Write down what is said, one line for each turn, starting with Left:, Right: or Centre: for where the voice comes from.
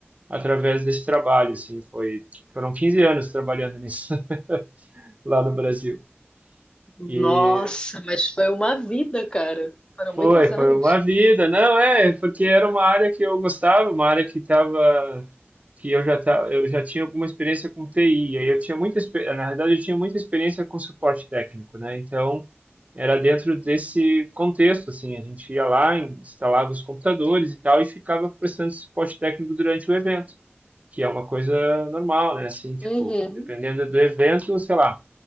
Right: através desse trabalho, assim, foi, foram 15 anos trabalhando nisso <laughs> lá no Brasil.
Left: Nossa,
Right: E
Left: mas foi uma vida, cara. Foram
Right: Foi,
Left: muitos
Right: foi
Left: anos.
Right: uma vida. Não, é, porque era uma área que eu gostava, uma área que tava, que eu já tava, eu já tinha alguma experiência com TI. Aí eu tinha muita, expe- na verdade, eu tinha muita experiência com suporte técnico, né? Então, era dentro desse contexto, assim, a gente ia lá, instalava os computadores e tal, e ficava prestando suporte técnico durante o evento, que é uma coisa normal, né? Assim, tipo,
Left: Uhum.
Right: dependendo do evento, sei lá.